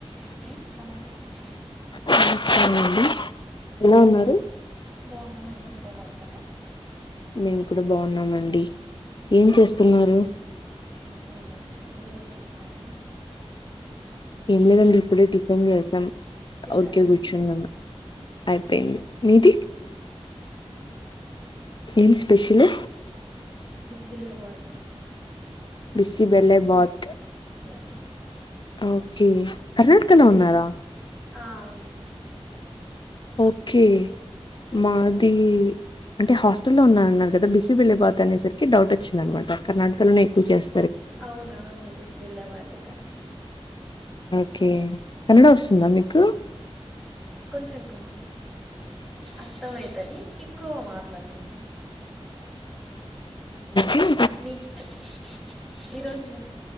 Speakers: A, in the centre; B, on the left (about 45°).
A: Hello నమస్కారం
B: నమస్కారం అండి ఎలా ఉన్నారు
A: బాగున్నామండి మీరు ఎలా ఉన్నారు
B: మేము కూడా బాగున్నామండి ఏం చేస్తున్నారు
A: ఏం చేయలేదండి మీరేం చేస్తున్నరండి
B: ఏం లేదండి ఇప్పుడే టిఫిన్ చేసాం
A: తిన్నారా
B: ఊరికే కూర్చున్నను
A: ఆ
B: అయిపోయింది మీది
A: నడి
B: ఏం స్పెషల్
A: బిళ్ళ వాత
B: బిస్సి బెళ్ళే బత్
A: యా
B: ఓకే కర్ణాటకలో
A: మీరేం
B: ఉన్నారా
A: చేస్త ఆ అవునండి
B: ఓకే మాది అంటే హాస్టల్లో ఉన్నా అన్నారు కదా బిస్సి బిళ్ళే బాత్ అనేసరికి డౌట్ వచ్చిందంట కర్ణాటకలోనే ఎక్కువ చేస్
A: అవునవును బిస్ బిళ్ళ బత్ కర్
B: ఓకే కన్నడ వస్తుందా మీకు
A: కొంచెం కొంచెం అర్థమవుతది ఇక్కువ మాట్లడలేను
B: ఇ
A: మీక్ వచ్చా ఈరోజు